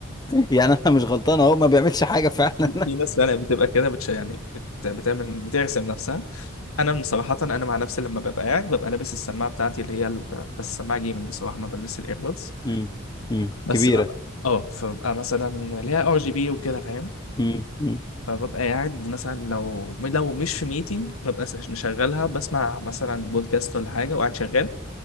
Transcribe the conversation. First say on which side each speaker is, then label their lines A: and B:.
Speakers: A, on the left (about 20°); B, on the left (about 90°).
A: يعني انا مش غلطان اهو ما بيعملش حاجه فعلا
B: في في ناس يعني بتبقى كده بتش يعني بت... بتعمل بترسم نفسها انا من صراحه انا مع نفسي لما ببقى قاعد ببقى لابس السماعه بتاعتي اللي هي ال... بس السماعه جيمنج بصراحه ما بلبس الايربودز
A: <laughs> امم امم
B: بس
A: كبيره
B: ببقى اه فببقى مثلا ليها ار جي بي وكده فاهم
A: امم
B: فببقى قاعد مثلا لو لو مش في ميتنج ببقى سش- مشغلها بسمع مثلا بودكاست ولا حاجة وقاعد شغال